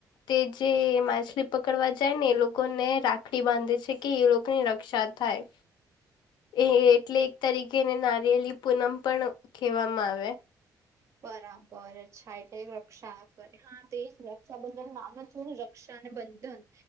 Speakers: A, on the left; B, on the right.
A: તે જે માછલી પકડવા જાય ને એ લોકોને રાખડી બાંધે છે. કે એ લોકોની રક્ષા થાય. એ એટલે એક તરીકેને નારિયેલી પૂનમ પણ કહેવામાં આવે.
B: બરાબર અચ્છા. એટલે રક્ષા કરે હા તે જ રક્ષા બધ. <unintelligible> થોડું રક્ષા અને બંધન.